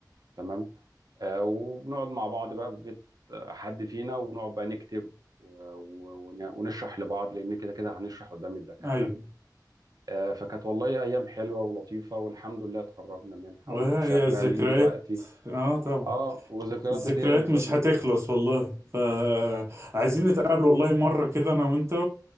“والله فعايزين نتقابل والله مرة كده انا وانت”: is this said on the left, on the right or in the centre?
Right